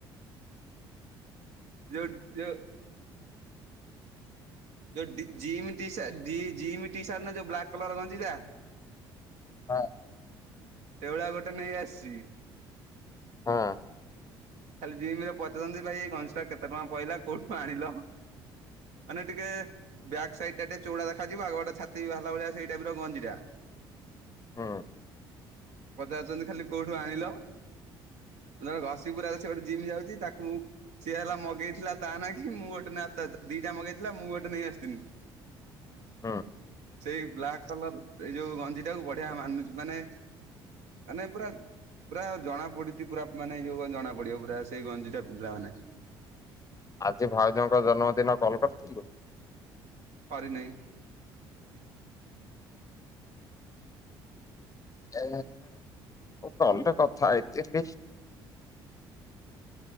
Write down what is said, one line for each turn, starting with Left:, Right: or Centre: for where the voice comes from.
Right: ଜଉ ଯେ ଜଉ ଡି ଜିମ୍ ଟିସା ଜି -ଜିମ ଟିସା ଦିନ ଯୋଉ ବ୍ଲାକ୍ କଲର‌ ଗଞ୍ଜି ଟା
Left: ହଁ
Right: ସେଇଭଳିଆ ଗୋଟେ ନେଇ ଆସିଛି।
Left: ହଁ।
Right: ଖାଲି ଜିମିରେ ପଚାରୁଛନ୍ତି ଭାଇ ଏଇ ଗଞ୍ଜିଟା କେତେ ଟଙ୍କା ପଇଲା କୋଉଠୁ ଆଣିଲ। ମାନେ ଟିକେ ବ୍ୟାକ୍ ସାଇଡ ଟା ଟିକେ ଚଉଳା ଦେଖାଯିବ ଆଉ ଗୋଟେ ଛାତି ବାଲା ଭଳିଆ ସେଇ ଟାଇପର ଗଞ୍ଜି ଟା।
Left: ହୁଁ
Right: ପଚାରୁଛନ୍ତି ଖାଲି କୋଉଠୁ ଆଣିଲ ନଲେ ଘଷିପୁରା ସେ ଗୋଟେ ଜିମ୍ ଯାଉଛି ତାକୁ ମୁଁ ସିଏ ହେଲା ମଗେଇଥିଲା ତା ନାକି ମୁଁ ଗୋଟେ ନାଁ ଟା ଦିଟା ମଗେଇଥିଲା ମୁଁ ଗୋଟେ ନେଇ ଆସିଥିନି।
Left: ହଁ।
Right: ସେଇ ବ୍ଲାକ୍ କଲର ଏଇ ଯୋଉ ଗଞ୍ଜି ଟାକୁ ବଢିଆ ମାନୁଛି ମାନେ ମାନେ ପୁରା ପୁରା ଜଣା ପଡିଛି ପୁରା ମାନେ ଯୋଉ ଜଣା ପଡିବ ପୁରା ସେଇ ଗଞ୍ଜି ଟା ପୁରା ମାନେ
Left: ଆଜି ଭାଉଜଙ୍କ ଜନ୍ମଦିନ କଲ କରିଥିଲୁ?
Right: କରିନେଇ।
Left: ଏ କଲ୍ ରେ କଥା ହେଇଥିଲି